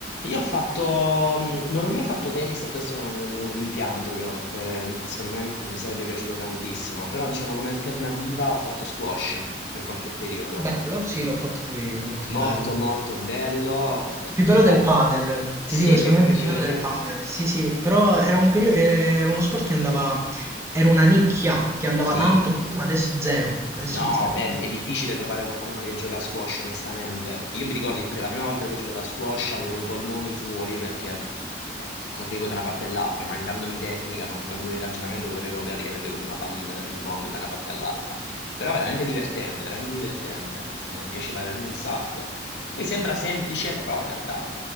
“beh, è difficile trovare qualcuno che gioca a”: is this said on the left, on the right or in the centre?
Left